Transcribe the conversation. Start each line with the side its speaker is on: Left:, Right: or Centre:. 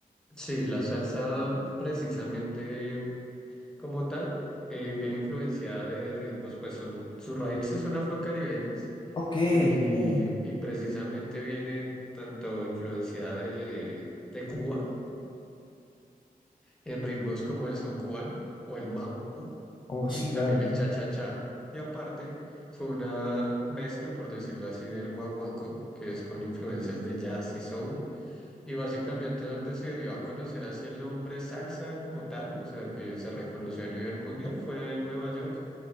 Centre: Sí, la salsa precisamente como tal, eh, bien influenciada de ritmos, pues son, sus raíces son afrocaribeñas
Left: Ok,
Centre: y,
Left: ok.
Centre: y precisamente viene tanto influenciada de, de Cuba en ritmos como el son cubano o el mambo
Left: Oh,
Centre: y
Left: sí,
Centre: también
Left: claro, claro.
Centre: el cha-cha-cha. Y aparte fue una mezcla, por decirlo así, del guaguancó, que es con influencias de jazz y soul, y básicamente donde se dio a conocer así el nombre salsa como tal, o sea, que se reconoció a nivel mundial, fue en Nueva York,